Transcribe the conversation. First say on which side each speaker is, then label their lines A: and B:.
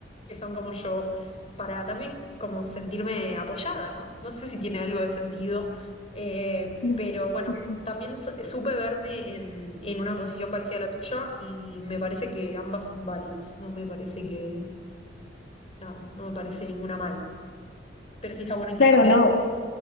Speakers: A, on the left (about 35°); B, on the left (about 75°).
A: que son como yo, para también como sentirme apoyada, ¿no? No sé si tiene algo de sentido, eh,
B: No.
A: pero bueno,
B: Sí, sí.
A: también su- supe verme en, en una posición parecida a la tuya y me parece que ambas son válidas, no me parece que, nada, no me parece ninguna mal, pero sí está bueno intercambiar.
B: Claro, no,